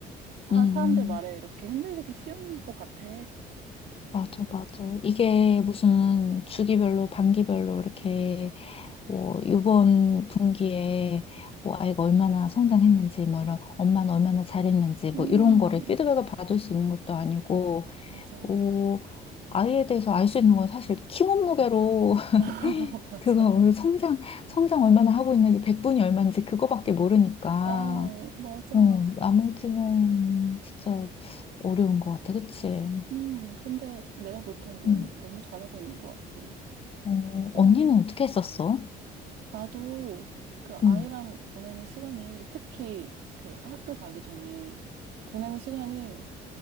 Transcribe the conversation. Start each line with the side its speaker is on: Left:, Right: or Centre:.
Right: 사,
Left: 음.
Right: 사람들 말에 이렇게 흔들리기 쉬운 것 같아.
Left: 맞아, 맞아. 이게 무슨 주기별로, 반기별로 이렇게 뭐 이번 분기에 뭐 아이가 얼마나 성장했는지, 뭐 이런 엄마는 얼마나 잘했는지, 뭐
Right: 음,
Left: 이런 거를 피드백을 받을 수 있는 것도 아니고,
Right: 맞아.
Left: 뭐 아이에 대해서 알 수 있는 건 사실 키 몸무게로 <laughs>
Right: <laughs> 맞아.
Left: 그거 성장 성장 얼마나 하고 있는지 백분이 얼마인지 그거밖에 모르니까
Right: 어, 맞아.
Left: 어 나머지는 진짜 어려운 것 같아 그치?
Right: 음, 근데 내가 볼 땐 넌
Left: 응.
Right: 너무 잘하고 있는 것 같아.
Left: 어,
Right: 어.
Left: 언니는 어떻게 했었어?
Right: 나도 그
Left: 응,
Right: 아이랑 보내는 시간이 특히 그 학교 가기 전에 보내는 시간이